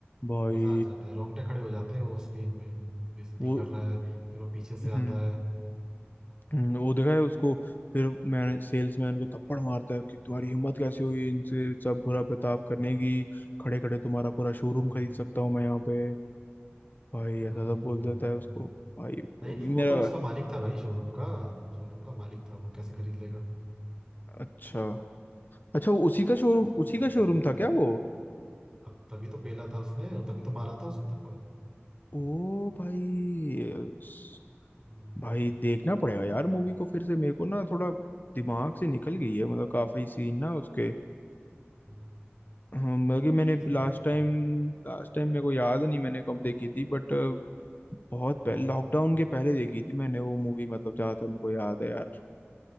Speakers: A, on the left; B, on the right.
A: भाई
B: मजा आ जाता है रोंगटे खड़े हो जाते हैं वो स्क्रीन में बेइज्जती
A: वो
B: कर रहा है फिर वो पीछे से
A: हम्म
B: आता है
A: हम्म, वो देखा है उसको फिर मैंने सेल्समैन को थप्पड़ मारता है कि तुम्हारी हिम्मत कैसे हुई इनसे सब बुरा बर्ताव करने की खड़े खड़े तुम्हारा पूरा शोरूम
B: हम्म,
A: खरीद सकता हूँ मैं यहाँ पे भाई
B: हाँ हाँ
A: ऐसा
B: हाँ
A: सब बोल
B: वही
A: देता
B: वही
A: है उसको भाई
B: नहीं
A: अभी
B: नहीं वो
A: मेरा
B: तो उसका मालिक था भाई शोरूम का शोरूम का मालिक था वो कैसे खरीद लेगा
A: अच्छा अच्छा वो उसी का शोरूम
B: उसने
A: उसी
B: नहीं
A: का
B: खरीदा।
A: शोरूम था क्या वो
B: अब तभी तो पेला था उसने और तभी तो मारा था उसको थप्पड़
A: ओ भाई स-
B: हम्म,
A: भाई देखना पड़ेगा यार मूवी को फिर से मेरे को ना थोड़ा दिमाग से निकल गई है मतलब काफी सीन ना उसके
B: हाँ
A: हम-
B: वो
A: बल्कि
B: यार
A: मैंने
B: ऐसा
A: लास्ट
B: ही है
A: टाइम लास्ट टाइम मेरे को याद नहीं मैंने कब देखी थी बट बहुत पहले
B: हम्म,
A: लॉकडाउन के पहले देखी थी मैंने वो मूवी मतलब जहाँ तक मेरे को याद है यार